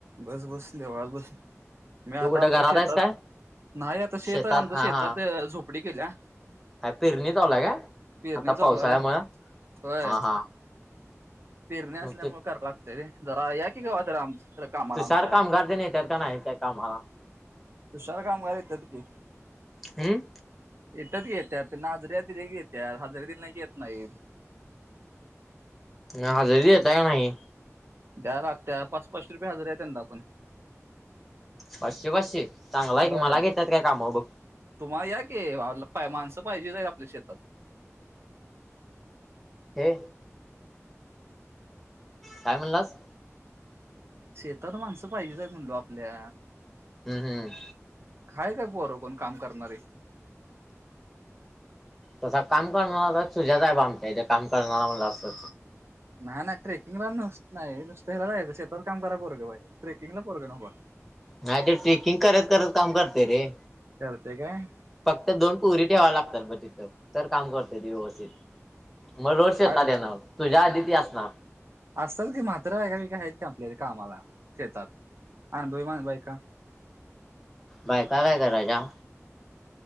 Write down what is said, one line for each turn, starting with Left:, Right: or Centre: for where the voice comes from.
Right: बस, बस देवाळात बस. मी आता
Centre: तू कुठं
Right: आमच्या
Centre: घरात
Right: शेतात
Centre: आहेस काय?
Right: नाही आता शेत
Centre: शेतात
Right: आमच्या
Centre: हा
Right: शेतात
Centre: हा
Right: झोपडी केल्या.
Centre: पेरणी चालु हाय काय
Right: पेरणी
Centre: आता
Right: चालू
Centre: पावसाळ्यामुंळ
Right: आहे होय
Centre: हा, हा.
Right: पेरणी असल्यामुळे
Centre: मग ते
Right: करां लागतेयरे जरा या कि गावा कड आम कामाला
Centre: तुसार
Right: आमच्या
Centre: कामगार दिन येतात का नाही त्या कामाला.
Right: तुशार कामगार येतात की.
Centre: हम्म.
Right: येतात घेत्या त्यांना नाजऱ्या दिल्याकी येत्यात हजरीे दिली नाही की येत नाही.
Centre: ना हजेरी देता आहेेतय का नाही?
Right: द्या लागता पाच, पाच रुपये हजार आहे त्यांंना पण.
Centre: पाचशे, पासशे चांगला
Right: होय
Centre: आहे की मला घेतात काय काम बघ.
Right: तुम्हाला या कि माणसं पाहिजेच आपल्या शेतात.
Centre: हे. काय म्हणलास.
Right: शेतात माणसं पाहिजेच आहे म्हणलो आपल्या.
Centre: हम्म, हम्म.
Right: हाय काय पोर कोण काम करणारे
Centre: तसा काम करणारा तर सुजाच आहे बग आमच्या इथे काम करणारा म्हणालास तर
Right: नाही, नाही ट्रेकिंगला नुसत नाही नुसत्याला जायच शेतताात काम करणार पोरग पाहिजे ट्रकिंगला पोरं नको.
Centre: नाही ते ट्रेकिंग करत, करत काम करते रे.
Right: करते काय.
Centre: फक्त दोन पोरी ठेवाय लागतात बग तिथं तर काम करते ती व्यवस्थित. मग रोज शेतात
Right: आ-
Centre: येनार तुझ्या आधी ती असणार.
Right: असताय की म्हाताऱ्या बायका बियका आहेत की आपल्यात कामाला शेतात अनुभवी बायका
Centre: बायका काय करायच्या?